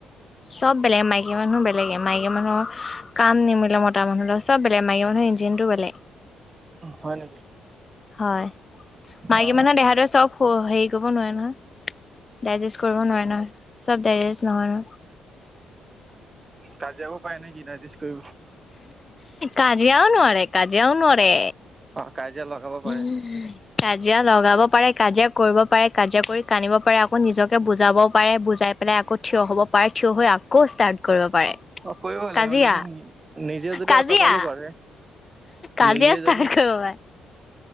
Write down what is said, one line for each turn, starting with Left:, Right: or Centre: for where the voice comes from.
Left: চ'ব বেলেগ মাইকী মানুহ বেলেগে মাইকী মানুহৰ কাম নিমিলে মতৰ মানুহৰ চ'ব বেলেগ মাইকী মানুহৰ ইঞ্জিন টো বেলেগ।
Right: হয় নেকি।
Left: হয় মাইকী
Right: অ
Left: মানুহৰ দেহাটো চ'ব হেৰি <unintelligible> ডাইজেষ্ট কৰিব নোৱাৰে নহয় চ'ব। তেৰেজ নহয়।
Right: কাজিয়াও পায় নেকি ডাইজেষ্ট কৰিব।
Left: কাজিয়াও নোৱাৰে, কাজিয়াও নোৱাৰে।
Right: অ কাজিয়া লগাব পাৰে
Left: উম কাজিয়া লগাব পাৰে। কাজিয়া কৰিব পাৰে, কাজিয়া কৰি কান্দিব পাৰে, আকৌ নিজকে বুজাবও পাৰে বুজাই পেলাই আকৌ থিয় হ'ব। পাৰে থিয় হৈ আকৌ ষ্টাৰ্ট কৰিব পাৰে।
Right: অ কৰিব লাগিব
Left: কাজিয়া
Right: যদি নিজে যদি
Left: কাজিয়া
Right: অতপালি কৰে
Left: কাজিয়া
Right: নিজে
Left: ষ্টাৰ্ট
Right: যদি
Left: কৰিব পাৰে। হয়।